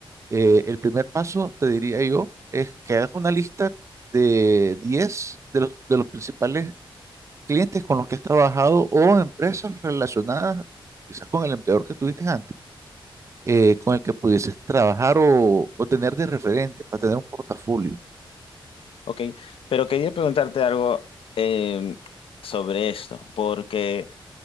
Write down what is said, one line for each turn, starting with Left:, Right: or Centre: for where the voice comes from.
Right: eh, el primer paso, te diría yo, es que hagas una lista de 10 de los, de los principales clientes con los que has trabajado o empresas relacionadas quizás con el empleador que tuviste antes, eh, con el que pudieses trabajar o, o tener de referente para tener un portafolio.
Left: Ok, pero quería preguntarte algo eh, sobre esto, porque...